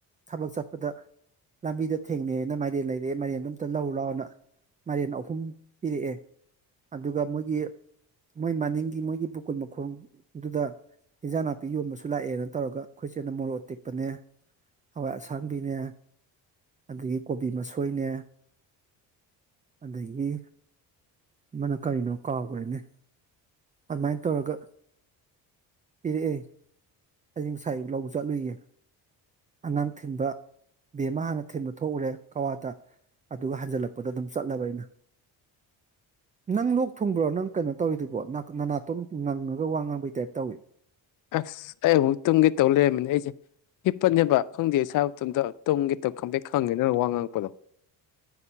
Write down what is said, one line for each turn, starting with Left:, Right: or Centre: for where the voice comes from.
Right: ꯊꯕꯛ ꯆꯠꯄꯗ ꯂꯝꯕꯤꯗ ꯊꯦꯡꯅꯩꯅ ꯃꯥꯏꯔꯦꯟ ꯂꯩꯔꯛꯑꯦ ꯃꯥꯏꯔꯦꯟꯗꯣ ꯑꯝꯇ ꯂꯥꯎ ꯂꯥꯎꯅ ꯃꯥꯏꯔꯦꯟ ꯑꯍꯨꯝ ꯄꯤꯔꯛꯑꯦ ꯑꯗꯨꯒ ꯃꯣꯏꯒꯤ ꯃꯣꯏ ꯃꯅꯤꯡꯒꯤ ꯃꯣꯏꯒꯤ ꯄꯨꯀꯨꯟ ꯃꯈꯣꯡꯗꯨꯗ ꯏꯟꯖꯥꯡ ꯅꯥꯄꯤ ꯌꯣꯟꯕꯁꯨ ꯂꯥꯛꯑꯦꯅ ꯇꯧꯔꯒ ꯑꯩꯈꯣꯏ ꯆꯦꯅ ꯃꯣꯔꯣꯛ ꯇꯦꯛꯄꯅꯦ ꯍꯋꯥꯏ ꯑꯁꯥꯡꯕꯤꯅꯦ ꯑꯗꯒꯤ ꯀꯣꯕꯤ ꯃꯁꯣꯏꯅꯦ ꯑꯗꯒꯤ ꯑꯃꯅ ꯀꯔꯤꯅꯣ ꯀꯥꯎꯈ꯭ꯔꯦꯅꯦ ꯑꯗꯨꯃꯥꯏꯅ ꯇꯧꯔꯒ ꯄꯤꯔꯛ ꯏ ꯑꯌꯤꯡ ꯉꯁꯥꯏ ꯑꯌꯨꯛ ꯂꯧꯕ ꯆꯠꯂꯨꯏꯌꯦ ꯑꯉꯥꯡ ꯊꯤꯟꯕ ꯕꯦꯝꯃ ꯑꯃ ꯍꯥꯟꯅ ꯊꯤꯟꯕ ꯊꯣꯛꯎꯔꯦ ꯀꯋꯥꯗ ꯑꯗꯨꯒ ꯍꯟꯖꯜꯂꯛꯄꯗ ꯑꯗꯨꯝ ꯆꯠꯂꯕ ꯑꯩꯅ ꯅꯪ ꯂꯣꯛ ꯊꯨꯡꯕ꯭ꯔꯣ ꯅꯪ ꯀꯩꯅꯣ ꯇꯧꯔꯤꯗꯨꯕꯣ ꯅꯅꯥꯇꯣꯝ ꯉꯪꯉꯒ ꯋꯥ ꯉꯥꯡꯕꯩ ꯇꯥꯏꯞ ꯇꯧꯏꯤ
Left: ꯑꯁ ꯑꯩ ꯑꯃꯨꯛ ꯇꯨꯡꯒꯤ ꯇꯧ ꯂꯩꯔꯝꯃꯤꯅꯦ ꯑꯩꯁꯦ ꯍꯤꯞꯄꯅꯦꯕ ꯈꯪꯗꯦ ꯁꯥꯕ ꯇꯨꯝꯗꯣ ꯇꯨꯡꯒꯤꯇꯧ ꯈꯪꯗꯩ ꯈꯪꯉꯦ ꯅꯪꯅ ꯋꯥ ꯉꯥꯡꯉꯛꯄꯗꯣ